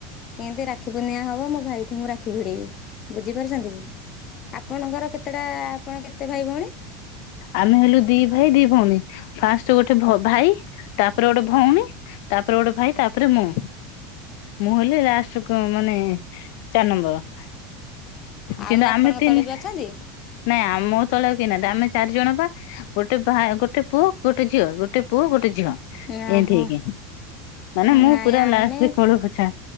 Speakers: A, on the left; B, on the left.
A: ଏମିତି ରାକ୍ଷୀ ପୂର୍ଣ୍ଣିମା ହବ ମୋ ଭାଇ ଠି ମୁଁ ରାକ୍ଷୀ ଭିଡିବି। ବୁଝିପାରୁଛନ୍ତି କି ଆପଣଙ୍କର କେତେଟା ଆପଣ କେତେ ଭାଇ ଭଉଣୀ?
B: ଆମେ ହେଲୁ ଦି ଭାଇ ଦି ଭଉଣୀ ଫାଷ୍ଟ ଗୋଟେ ଭାଇ ତାପରେ ଗୋଟେ ଭଉଣୀ ତାପରେ ଗୋଟେ ଭାଇ ତାପରେ ମୁଁ। ମୁଁ ହେଲି ଲାଷ୍ଟ ମାନେ ଚାରି ନମ୍ବର।
A: ଆଉ
B: କିନ୍ତୁ ଆମେ
A: ଆପଣଙ୍କ
B: ତିନି
A: ତଳେ ବି ଅଛନ୍ତି?
B: ନାଇଁ ମୋ ତଳେ ଆଉ କେହି ନାହାନ୍ତି ଆମେ ଚାରି ଜଣ ବା ଗୋଟେ ଭା ଗୋଟେ ପୁଅ ଗୋଟେ ଝିଅ ଗୋଟେ ପୁଅ ଗୋଟେ ଝିଅ।
A: ଓହୋ।
B: ଏମିତି ହେଇକି ମାନେ ମୁଁ
A: ନାଇଁ
B: ପୁରା
A: ଆମେ
B: ଲାଷ୍ଟ କୋଳ ପୁଛା।